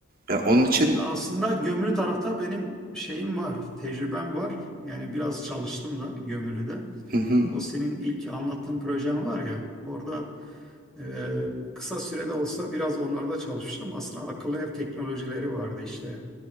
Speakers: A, on the right (about 45°); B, in the centre.
A: Yani onun için
B: Ya Aslında gömülü tarafta benim şeyim var, tecrübem var. Yani biraz çalıştım da gömülüde.
A: hı hı.
B: O senin ilk anlattığın projem var ya, orada e, kısa sürede olsa biraz onlarda çalıştım. Aslında akıllı ev teknolojileri vardı işte.